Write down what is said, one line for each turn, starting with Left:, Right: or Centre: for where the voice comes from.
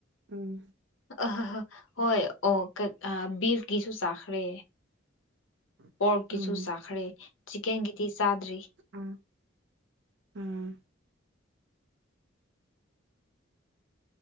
Right: ꯎꯝ
Left: ꯑꯍꯥꯍꯥ ꯍꯣꯏ ꯑꯣ ꯑꯥ ꯕꯤꯐꯀꯤꯁꯨ ꯆꯥꯈ꯭ꯔꯦ
Right: <inaudible>
Left: ꯄꯣꯔꯛꯀꯤꯁꯨ
Right: ꯎꯝ
Left: ꯆꯥꯈ꯭ꯔꯦ ꯆꯤꯛꯀꯦꯟꯒꯤꯗꯤ ꯆꯥꯗ꯭ꯔꯤ
Right: ꯎꯝ ꯎꯝ